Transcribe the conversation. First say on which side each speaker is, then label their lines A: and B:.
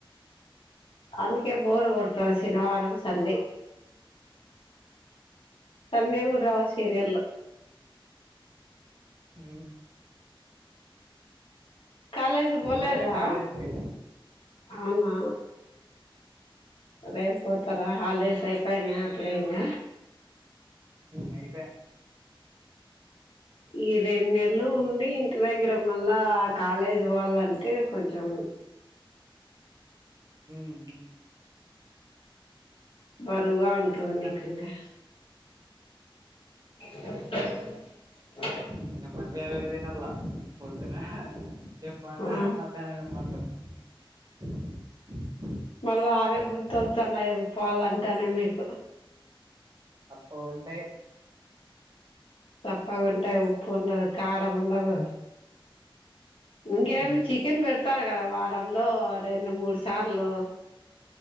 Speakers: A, on the left; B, on the right.
A: అందుకే బోరు కొడుతా శనివారం సండే సండే కూడా రావు సీరియల్ లు
B: ఊ
A: కాలేజీ పోలేదా
B: పోలే కాలేజ్ కి
A: అవునా రేపు పోతారా హాలిడేస్ అయిపోయినా అప్పుడే ఇంగ
B: ఉమ అయిపోయ
A: ఈ రెండు నెలలు ఉండి ఇంటి దగ్గర మళ్ళా కాలేజీ పోవాలంటే కొంచెం
B: ఊ ఊ ఊ
A: బరువుగా ఉంటుంది మీకు
B: అది
A: ఇంగా అ
B: ఇంగ మళ్ళీ అవే దినల్లా పొద్దున <inaudible> <unintelligible>
A: ఆ మళ్ళా అవే గుర్తొత్తన్నాయి
B: సప్
A: పాలంటేనే మీకు
B: సప్పు ఉంటాయి
A: సప్పగా ఉంటాయి ఉప్పు ఉండదు కారం ఉండదు ఇంగేమి
B: మ్మ్
A: చికెన్ పెడతారు కదా వారంలో రెండు మూడు సార్లు